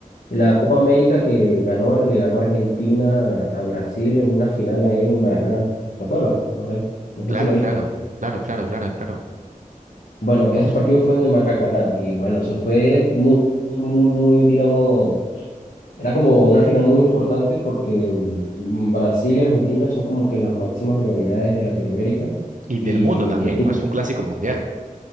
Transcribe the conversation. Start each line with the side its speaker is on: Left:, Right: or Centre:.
Left: la Copa América que ganó, le ganó Argentina a Brasil en una final ahí en el Maracaná. ¿Te acuerdas? No sé, no
Right: Claro,
Left: sé si la viste.
Right: claro, claro, claro, claro, claro.
Left: Bueno, ese
Right: Por su-
Left: partido fue en el Maracaná y bueno, eso fue muy, muy, muy, digamos, era como una final muy importante porque mm, Brasil y Argentina son como que las máximas rivalidades de Latinoamérica.
Right: Y
Left: y
Right: del mundo también,
Left: que tú
Right: ¿no? Es un clásico mundial.